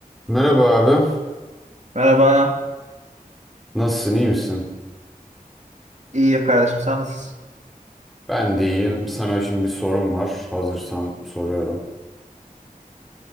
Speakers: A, in the centre; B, on the right (about 55°).
A: Merhaba abi.
B: Merhaba,
A: Nasılsın, iyi misin?
B: İyiyim kardeşim. Sen nasılsın?
A: Ben de iyiyim. Sana şimdi bir sorum var. Hazırsan soruyorum.